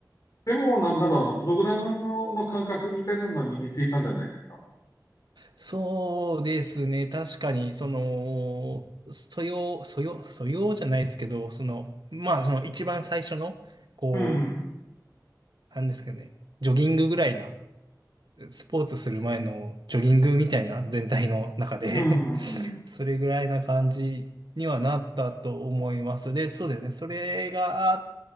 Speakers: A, on the left; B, on the right.
A: でも、なんだろう、あの、プログラムの、の感覚みたいなのは身についたんじゃないですか。
B: そうですね。確かに、その、素養、素養、素養じゃないですけど、その、まあ、その一番最初の、こ
A: うん。
B: う、なんですけどね、ジョギングぐらいな、スポーツする前のジョギングみたいな全体の中で
A: うん。
B: <laughs>
A: うん
B: それぐらいな感じにはなったと思います。で、そうですね。それがあっ